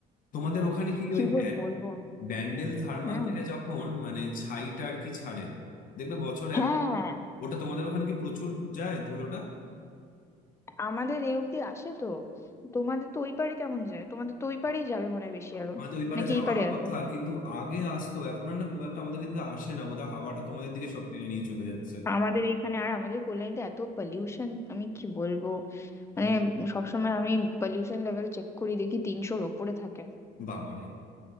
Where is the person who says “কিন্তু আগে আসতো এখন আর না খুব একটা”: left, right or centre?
Left